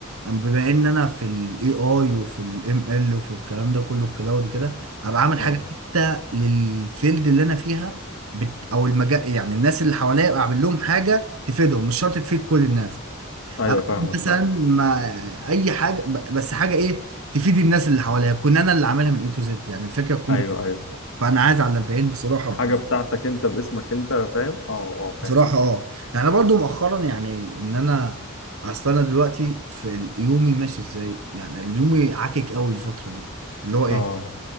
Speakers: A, on the right; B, on the left.
A: بما إن أنا في ال AI وفي ال ML وفي الكلام ده كله الكلاود وكده هبقى عامل
B: اه
A: حاجة حتى للفيلد اللي أنا فيها بت أو المجال يعني الناس اللي حواليا أبقى أعمل لهم حاجة تفيدهم مش شرط تفيد كل الناس
B: ايوه
A: هعمل
B: فاهمك
A: مثلا
B: فاهم
A: مع اي حاجه ب- بس حاجه ايه تفيد الناس اللي حواليا كون انا اللي عاملها من اي تو زد يعني الفكره تكون
B: ايوه
A: بت...
B: ايوه
A: فانا عايز على البيان بصراحه
B: حاجه
A: ب-
B: بتاعتك انت باسمك انت فاهم اه اه
A: بصراحه
B: فاهم
A: اه يعني انا برضو مؤخرا يعني ان انا اصل انا دلوقتي في ال- يومي ماشي ازاي يعني يومي عاكك قوي الفتره دي اللي هو ايه
B: اه